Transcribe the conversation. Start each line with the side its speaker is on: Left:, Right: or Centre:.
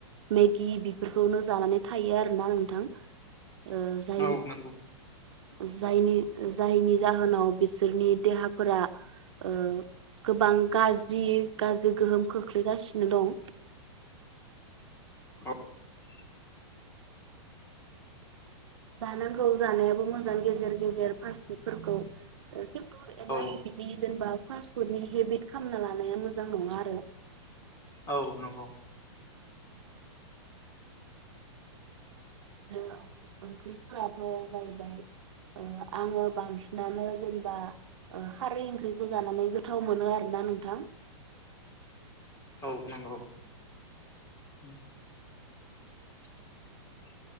Right: मेगि बिफोरखौनो जानानै थायो आरोना नोंथां ओ जाय
Left: औ नंगौ
Right: ओ जायनि जायनि जाहोनाव बिसोरनि देहाफोरा ओ गोबां गाज्रि गाज्रि गोहोम खोख्लैगासिनो दं
Left: <unintelligible>
Right: जानांगौ जानायाबो मोजां गेजेर गेजेर फाफुतफोरखौ खिन्थु एमान
Left: औ
Right: इदि बि जेनेबा फास्टफुदनि हेबिट खालामना लानाया मोजां नङा आरो
Left: औ नंगौ
Right: दिनो ओंख्रिफोराबो जाहैबाय ओ आङो बांसिनानो जेनेबा ओ खारै ओंख्रिखौ जानानै गोथाव मोनो आरो ना नोंथां
Left: औ नंगौ उम <inaudible>